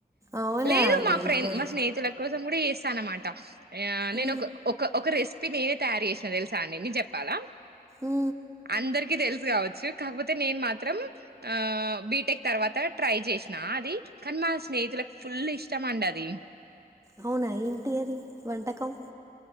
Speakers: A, on the right; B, on the right.
A: అవునా
B: లేదు మా
A: గ్రేటే
B: ఫ్రెండ్, మా స్నేహితులకు కోసం కూడ చేస్తా అనమాట. ఆ నేను
A: ఊ
B: ఒక ఒక రెసిపీ నేర్ తయారు చేసిన తెలుసా అండి నిక్ చెప్పాలా?
A: ఊ
B: అందరికి తెలుసు కావచ్చు. కాకపోతే, నేను మాత్రం ఆ బీటెక్ తర్వాత ట్రై చేసిన అది. కానీ మా స్నేహితులకు ఫుల్ ఇష్టం అండి అది.
A: అవునా ఏంటి అది వంటకం?